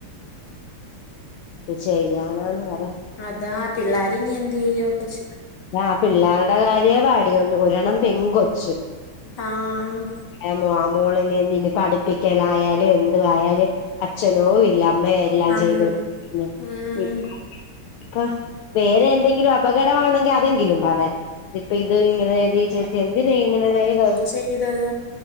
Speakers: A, on the left; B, on the left.
A: എന്ത് ചെയ്യാനാന്ന് പറ
B: അതാ പിള്ളാരിനി എന്തേയ്യും ആ കൊച്ച്
A: ആ പിള്ളേരുടെ കാര്യേ പാടി ഒരെണ്ണം പെൺ കൊച്ച്
B: ആഹ്
A: <unintelligible> മോളിനെ ഇനി പഠിപ്പിക്കലായാലും എന്തുവായാലും അച്ഛനോ ഇല്ല അമ്മയായ് എല്ലാം
B: അം
A: ചെയ്ത് കൊടുക്കുന്നെ
B: ഉം
A: <unintelligible> ഇപ്പൊ വേറെ എന്തെങ്കിലും അപകടമാണെങ്കിൽ അ തെങ്കിലും പറയാം ഇപ്പ ഇത് ഇങ്ങനെ ഏത് ഈ ചേച്ചി എന്തിനെങ്ങനെ ചെയ് തത്
B: ചെയ്തത്